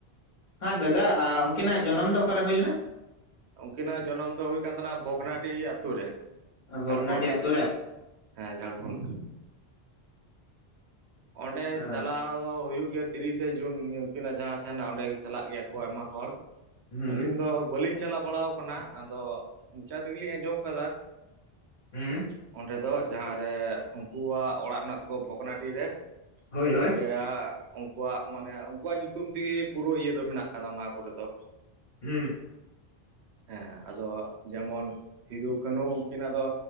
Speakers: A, on the left (about 50°); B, on the right (about 85°).
A: ᱦᱮᱸ ᱫᱟᱫᱟ ᱩᱱᱠᱤᱱᱟᱜ ᱡᱚᱱᱚᱢ ᱫᱚ ᱚᱠᱟᱨᱮ ᱦᱩᱭ ᱞᱮᱱᱟ?
B: ᱩᱱᱠᱤᱱᱟᱜ ᱡᱚᱱᱚᱢ ᱫᱚ ᱦᱩᱭ ᱠᱟᱱ ᱛᱟᱦᱮᱱᱟ ᱵᱷᱚᱜᱽᱱᱟᱰᱤᱦᱤ ᱟᱹᱛᱩ ᱨᱮ
A: ᱵᱷᱚᱜᱽᱱᱟᱰᱤ
B: ᱡᱷᱟᱲᱠᱷᱚᱱᱰ᱾
A: ᱟᱛᱳ ᱨᱮ
B: ᱦᱮᱸ ᱡᱷᱟᱲᱠᱷᱚᱸᱰ ᱚᱸᱰᱮ
A: ᱟ
B: ᱪᱟᱞᱟᱣ ᱫᱚ ᱦᱩᱭᱩᱜ ᱜᱮ ᱛᱤᱨᱤᱥᱮ ᱡᱩᱱ, ᱩᱱᱠᱤᱱᱟᱜ ᱡᱟᱦᱟᱸ ᱛᱟᱦᱮᱱᱟ ᱚᱸᱰᱮ ᱪᱟᱞᱟᱜ ᱜᱮᱭᱟ ᱠᱚ ᱟᱭᱢᱟ ᱦᱚᱲ,
A: ᱦᱩᱸ
B: ᱟᱹᱞᱤᱧ ᱫᱚ ᱵᱟᱹᱞᱤᱧ ᱪᱟᱞᱟᱣ ᱵᱟᱲᱟ ᱟᱠᱟᱱᱟ, ᱟᱫᱚ ᱢᱚᱪᱟ ᱛᱮᱜᱮᱞᱤᱧ ᱟᱸᱡᱚᱢ ᱟᱠᱟᱫᱟ᱾
A: ᱦᱮᱸ
B: ᱚᱸᱰᱮ ᱫᱚ ᱡᱟᱦᱟᱸᱨᱮ ᱩᱱᱠᱩᱣᱟᱜ ᱚᱲᱟᱜ ᱢᱮᱱᱟᱜ ᱛᱟᱠᱩᱣᱟ, ᱵᱷᱚᱜᱽᱱᱟᱰᱤ ᱨᱮ
A: ᱦᱳᱭ ᱦᱳᱭ
B: ᱚᱸᱰᱮ ᱟᱠ ᱩᱱᱠᱩᱣᱟᱜ ᱢᱟᱱᱮ, ᱩᱱᱠᱩᱣᱟᱜ ᱧᱩᱛᱩᱢ ᱛᱮᱜᱮ ᱯᱩᱨᱟᱹ ᱤᱭᱟᱹ ᱫᱚ ᱢᱮᱱᱟᱜ ᱟᱠᱟᱫᱟ ᱚᱱᱟ ᱠᱚᱨᱮ ᱫᱚ᱾
A: ᱦᱩᱸ
B: ᱦᱮᱸ ᱟᱫᱚ ᱡᱮᱢᱚᱱ, ᱥᱤᱫᱩ ᱠᱟᱹᱱᱦᱩ ᱩᱱᱠᱤᱱᱟᱜ ᱫᱚ